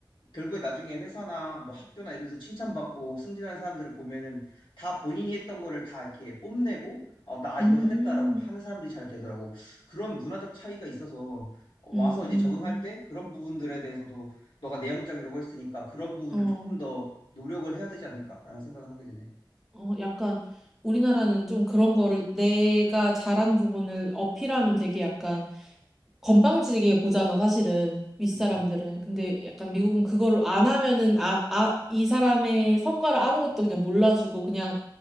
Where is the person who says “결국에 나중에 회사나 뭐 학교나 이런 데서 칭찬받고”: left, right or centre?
Left